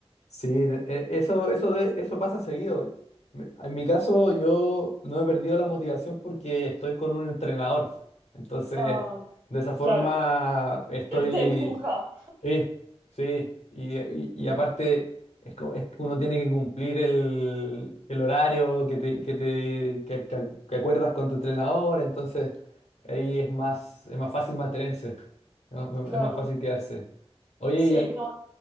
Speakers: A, on the left; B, on the right.
A: Sí, de- e- eso, eso, de, eso pasa seguido. Me- En mi caso, yo no he perdido la motivación porque estoy con un entrenador. Entonces,
B: Ah,
A: de esa forma
B: claro,
A: estoy.
B: él te empuja,
A: Sí, sí. Y, y- y aparte, es, co- es que uno tiene que cumplir el, el horario que te, que te que, que- que acuerdas con tu entrenador. Entonces, ahí es más, es más fácil mantenerse. Es más,
B: claro.
A: es más fácil quedarse. Oye,
B: Sí,
A: ¿y, al-
B: no,